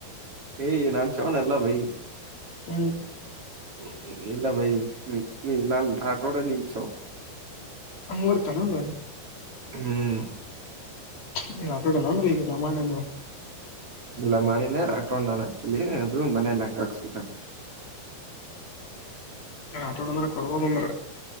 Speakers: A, on the right; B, on the left.
A: ಏಯ್ ನಾನ್ ಚೋನ ಅಲ್ಲ ಭಯಿ
B: ಹ್ಮ್
A: ಹ್ಮ ಇಲ್ಲ ಭೈ ನಾನನ್ ಾಟೋಡ ನಿಲ್ಚ
B: ಅಂಗುವರ್ತಾನಲ್ಲ
A: ಹ್ಮ್
B: ನೀ ಕಡೆ ನಂದ್ರೀ ಈಗ ರಾಮಾಯಣ ಅಂದರು
A: ಇಲ್ಲ ಮಣಿನೇ ರಾಕೊಂಡ್ ನನ ಅ ಮನೆ ಲಂಗಕ್ ಸಟ
B: ಹ ಆಟೋಟದಲ್ಲಿಲ್ಲ ಕೊಡ್ಬೋದು ಅಂದ್ರೆ